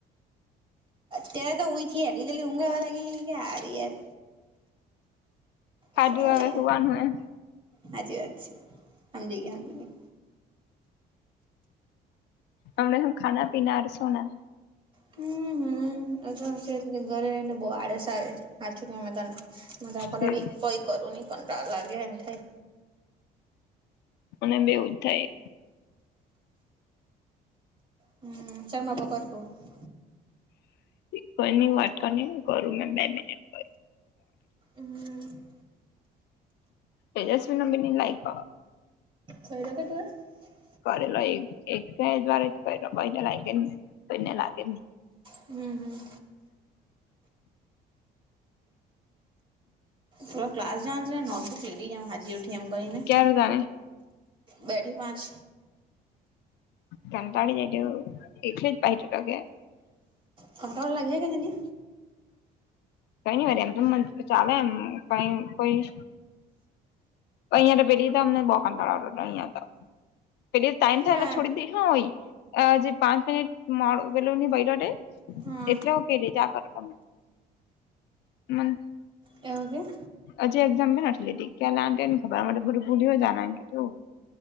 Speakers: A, on the right; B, on the left.
A: ત્યારે તો ઉઠીઈ હથી આટલી કેટલી ઊંઘાઆવા લાગી કે યાર.
B: ખાધું
A: ક્યાં
B: હવે
A: યાર
B: હુવાનું હે
A: હાચી વાત છે સમજી ગયા સમજી ગ.
B: અમણા હુ ખા પીના સોના.
A: હમ હમ એ કે ઘરે રહીને બહુ આડસ આવે આચું કેમે તને તો આખો
B: ફિર
A: ડાળ કોઈ કરું નહી. કંટાળો આવે એમ થાય
B: અને બેવું જ થાય.
A: હમ. <unintelligible>
B: કોઈની વાત કર ન કરું મે બે મિનટ.
A: હમ
B: તેજસ્વી ન બી લાઈક.
A: <unintelligible>
B: અરે નહીં એક ક દ વારે જ <unintelligible> કરેલો ભાઈને લાગે ભઈને લાગે ને.
A: હમ્મ હમ્મ. થોડ ક્લાસ જવા જ ને નોટબુક લેધી જમ હાજી ઉઠી એમ કરીને.
B: ક્યારે જાણે
A: બેઢી પાંચ.
B: કંટાળી જાય તે એટલી જ ભાઈ તૂટકે <unintelligible>
A: કંટાળો લાગે કે તને
B: કઈ ની વાર એમ તો ચાલે એમ કઈ કોઈ અહિયાં તો પેલી તો અમને બો કામ કડાવડ હતો અહિયાં તો. પેલી ટાઈમ થાયલા
A: બા
B: છોડી દઈ હા હોઈ. જે પાંચ મિનિટ મોડ વેલો ની ભય રડે
A: હા
B: એટલે હું કે દેજ આ કર તમે. મન
A: એવું કે.
B: હજી એક્ઝામ ભ નથી લીધ, ક્યા આંટી ને ખબર બ ભૂલી હો જનઆં તું.